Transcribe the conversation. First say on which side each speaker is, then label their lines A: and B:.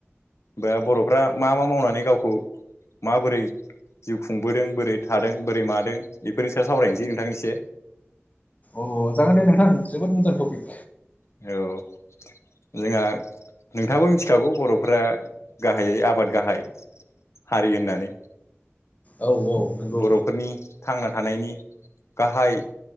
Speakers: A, on the left (about 75°); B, on the left (about 35°).
A: बर'फ्रा मा मा मावनानै गावखौ माबोरै जिउ खुंबोदों बोरै थादों बोरै मादों बेफोरनि स सावरायनोसै नोंथां एसे।
B: अ जागोन दे नोंथां जोबोद मोजां टपिक।
A: औ जोंहा नोंथाङाबो मिथिखागौ बर'फ गाहायै आबाद गाहाय। हारि होननानै
B: औ औ नंगौ
A: बर'फोरनि थांना थानायनि गाहाय